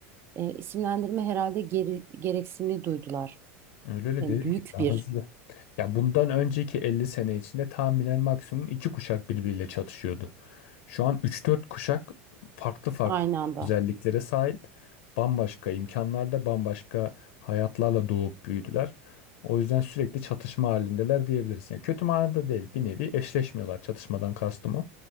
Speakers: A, on the right (about 35°); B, on the left (about 70°).
A: e, isimlendirme herhalde geri, gereksinimi duydular.
B: Öyle öyle
A: Yani
B: dedim
A: büyük
B: ki ya
A: bir
B: hızlı. Ya bundan önceki 50 sene içinde tahminen maksimum iki kuşak birbiriyle çatışıyordu. Şu an üç dört kuşak farklı farklı
A: aynı anda.
B: özelliklere sahip. Bambaşka imkanlarda, bambaşka hayatlarla doğup büyüdüler. O yüzden sürekli çatışma halindeler diyebiliriz. Yani kötü manada değil, bir nevi eşleşmiyorlar çatışmadan kastım o.